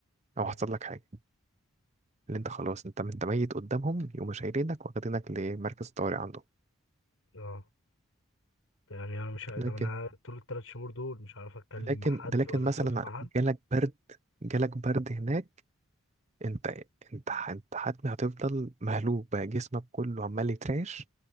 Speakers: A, on the left (about 80°); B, on the right (about 30°).
A: مم.
B: او حصل لك حاجه اللي انت خلاص انت انت ميت قدامهم يقوموا شايلينك واخدينك لمركز الطوارئ عندهم
A: اه ده يعني انا مش ده
B: لكن
A: انا طول الثلاث شهور دول مش عارف اتكلم
B: لكن
A: مع حد
B: ده لكن
A: ولا
B: مثلا
A: اتواصل مع حد
B: جالك برد جالك برد هناك انت انت انت حتمي هتفضل مهلوك بقى جسمك كله عمال يترعش